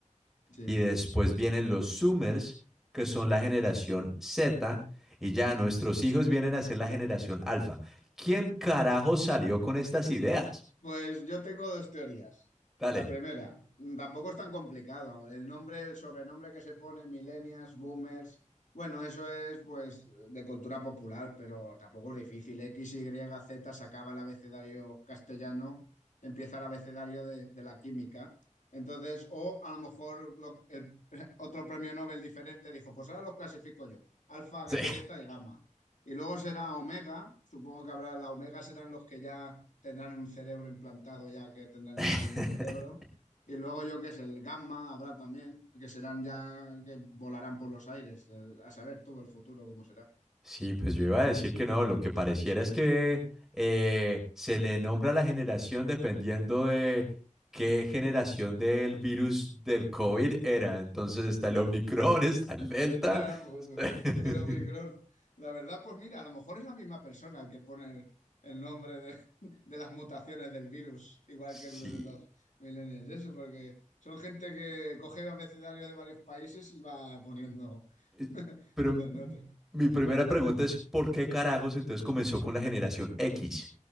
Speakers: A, on the left; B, in the centre.
A: Sí.
B: y después vienen los Zoomers, que son la generación Z y ya nuestros hijos vienen a ser la generación Alfa. ¿Quién carajo salió con estas ideas?
A: Pues yo tengo dos teorías.
B: Dale.
A: La primera, mm, tampoco es tan complicado. El nombre, el sobrenombre que se pone, millennials, boomers, bueno, eso es pues de cultura popular, pero tampoco es difícil. X, Y, Z se acaba el abecedario castellano, empieza el abecedario de, de la química. Entonces, o a lo mejor lo- el- <laughs> otro premio Nobel diferente dijo, pues ahora los clasifico yo, alfa,
B: Sí.
A: beta y gamma. Y luego será Omega, supongo que habrá, la Omega serán los que ya tendrán un cerebro implantado, ya que tendrán
B: <laughs>
A: el móvil en el cerebro. Y luego yo que es el Gamma habrá también, que serán ya, que volarán por los aires, eh, a saber tú el futuro cómo será.
B: Sí, pues yo iba a decir que no, lo que pareciera es que eh, se le nombra a la generación dependiendo de qué generación del virus del COVID era. Entonces está el Omicron, <laughs> está el Delta.
A: El futuro,
B: <laughs>
A: el Omicron. La verdad, pues mira, a lo mejor es la misma persona el que pone el, el nombre de, de las mutaciones del virus, igual
B: Sí.
A: que el de los millennials, y eso, porque son gente que coge abecedarios de varios países y va poniendo
B: Eh,
A: <laughs>
B: Pero m-
A: Las notas,
B: mi primera
A: sí.
B: pregunta es, ¿por qué carajos entonces comenzó con la generación X?